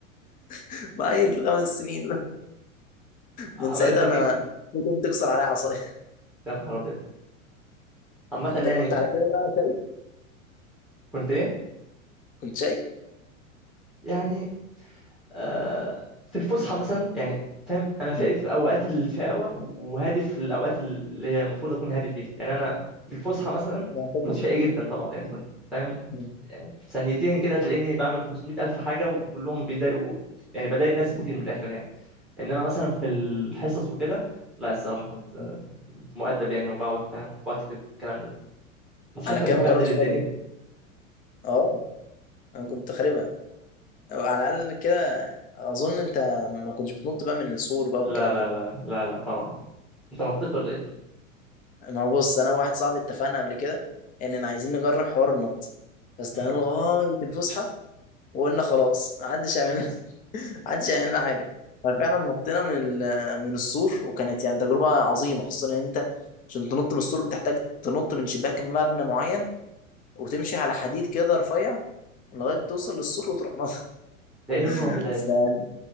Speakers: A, on the left (about 20°); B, in the centre.
A: <laughs> بقى في خمس سنين
B: عملت
A: من ساعتها
B: لك
A: انا
B: إيه؟
A: كل يوم تكسر عليا عصايه
B: يا نهار أبيض عامة
A: <laughs> انت
B: يعني
A: كنت على كده بقى شاي
B: كنت إيه؟
A: كنت شاي
B: يعني آه في الفسحة مثلا يعني فاهم أنا شايف
A: مم.
B: أوقات الشقاوة وهادف الأوقات اللي هي المفروض أكون هادي فيها يعني أنا في الفسحة مثلا
A: معتدل
B: كنت شقي جدا طبعا يعني كنت فاهم
A: مم.
B: يعني في ثانيتين كده تلاقيني بعمل 500 ألف حاجة وكلهم بيضايقوا يعني بضايق ناس كتير من الآخر يعني إنما مثلا في الحصص وكده لا الصراحة كنت
A: مم.
B: كنت مؤدب يعني وبقعد فاهم واكتب والكلام ده انت شكلك
A: على كده
B: مبهدل
A: ما جربتش
B: الدنيا
A: بطنط اه انا كنت خاربها أو على الاقل كده اظن انت ما كنتش بتنط بقى من السور بقى
B: لا
A: والكلام
B: لا
A: ده
B: لا لا لا طبعا انت نطيت ولا ايه
A: ما هو بص انا وواحد صاحبي اتفقنا قبل كده اننا عايزين نجرب حوار النط فاستنى
B: مم.
A: لغايه الفسحه وقلنا خلاص محدش يعمل <laughs> محدش يعمل لنا حاجه ففعلا نطينا من ال- من السور وكانت يعني تجربه عظيمه خصوصا ان انت عشان تنط من السور بتحتاج تنط من شباك مبنى معين وتمشي على حديد كده رفيع لغايه توصل للسور وتروح نط
B: ده ايه الرعب
A: <laughs>
B: ده يا اسطى
A: يعني